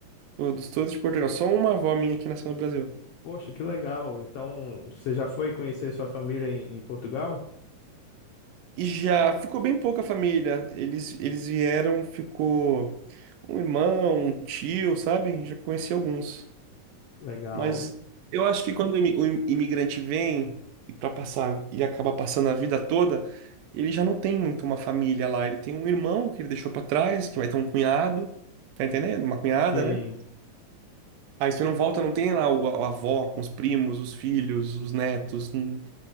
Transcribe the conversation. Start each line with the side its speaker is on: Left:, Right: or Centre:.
Right: Todos, todos de Portugal. Só uma avó minha que nasceu no Brasil.
Left: Poxa, que legal. Então, você já foi conhecer sua família em, em Portugal?
Right: E já ficou bem pouca família. Eles, eles vieram, ficou um irmão, um tio, sabe? Já conheci alguns.
Left: Legal.
Right: Mas eu acho que quando o imi- o im- imigrante vem e para passar e acaba passando a vida toda, ele já não tem muito uma família lá. Ele tem um irmão que ele deixou para trás, que vai ter um cunhado, tá entendendo? Uma cunhada,
Left: Sim,
Right: né? Aí você não volta, não tem lá o, a avó com os primos, os filhos, os netos. Hum.